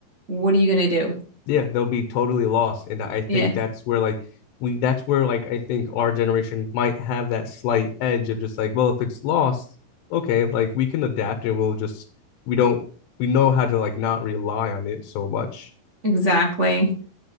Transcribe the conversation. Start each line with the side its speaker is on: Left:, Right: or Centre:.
Right: what are you going to do?
Left: Yeah, they'll be totally lost. And I think
Right: Yeah,
Left: that's where like we that's where like I think our generation might have that slight edge of just like, well, if it's lost, okay, like we can adapt and we'll just we don't we know how to like not rely on it so much.
Right: exactly.